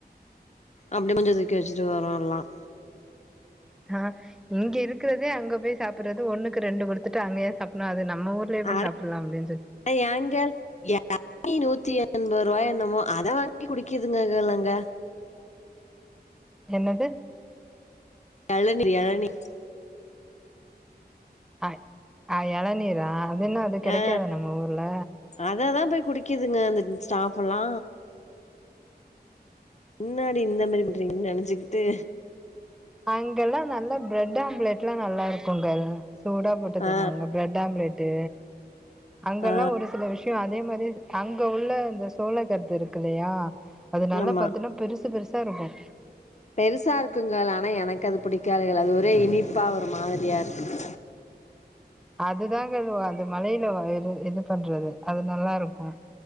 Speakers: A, on the left (about 45°); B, in the centre.
A: அப்படியே கொஞ்சம் நிக்க வச்சுட்டு வாரோம் எல்லாம்
B: ஆஹ் இங்க இருக்கிறதே அங்க போய் சாப்பிடுறது ஒண்ணுக்கு ரெண்டு கொடுத்துட்டு அங்க ஏன் சாப்பிடணும் அது நம்ம ஹோட்டல்லே போய்
A: அட
B: சாப்டுறலாமே
A: ஏங்க ய எ நீ நூத்தி எண்பது ரூபாய் என்னமோ அத வாங்கி குடிக்குதுங்கல்லங்க
B: என்னது
A: ஏழநீர் ஏழநீர்
B: அஹ ஆஹ் இளநீரா அதுன்ன அது கிடைக்காத
A: ஆ
B: நம்ம ஊர்ல
A: அததா போய் குடிக்குதுங்க அந்த ஸ்டாப் எல்லா முன்னாடி இந்த மாரி பண்றீங்கனு நினைச்சுகிட்டு
B: அங்கெல்லாம் நல்லா பிரெட் ஆம்லேட்ல்லாம் நல்லா இருக்கும்ங்க சூடா போட்டு தருவாங்க
A: ஆ
B: பிரெட் ஆம்லேட் ப்ரெட்டு அங்கல்லாம்
A: ஆ
B: ஒரு சில விஷயம் அ அதே மாதிரி அங்க உள்ள இந்த சோழக்கருது இருக்கு இல்லையா அது நல்லா
A: ஆமா
B: பாத்தீன்னா பெருசு பெருசு <unintelligible>
A: பெருசா இருக்குங்க ஆனா எனக்கு அது பிடிக்காது அது ஒரு எதோ இனிப்பா ஒரு மாதிரியா இருக்கும்
B: அதுதாங்க அது அது மலையில வரையி இது பண்றது அது நல்லா இருக்கும்